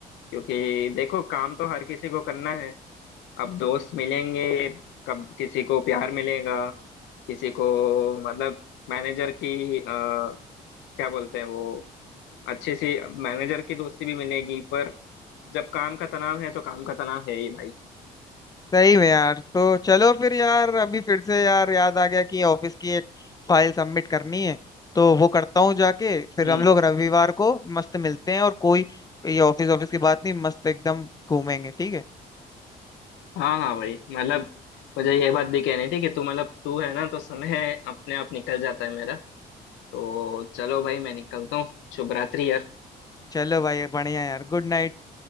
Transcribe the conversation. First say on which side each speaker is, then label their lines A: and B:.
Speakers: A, on the left; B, on the left.
A: क्योंकि देखो काम तो हर किसी को करना है अब दोस्त मिलेंगे कब किसी को प्यार मिलेगा किसी को मतलब मैनेजर की आ, क्या बोलते हैं वो अच्छी सी मैनेजर की दोस्ती भी मिलेगी पर जब काम का तनाव है तो काम का तनाव है ही भाई
B: सही में यार तो चलो फिर यार अभी फिर से यार याद आ गया कि ऑफिस की एक फाइल सबमिट करनी है तो वो करता हूँ जाके फिर
A: हम्म
B: हम लोग रविवार को मस्त मिलते हैं और कोई ये ऑफिस ऑफिस की बात नहीं मस्त एकदम घूमेंगे ठीक है
A: हाँ हाँ भाई मतलब मुझे ये बात भी कहनी थी कि तू मतलब तू है ना तो समय अपने आप निकल जाता है मेरा तो चलो भाई मैं निकलता हूँ शुभ रात्रि यार
B: चलो भाई बढ़िया यार गुड नाइट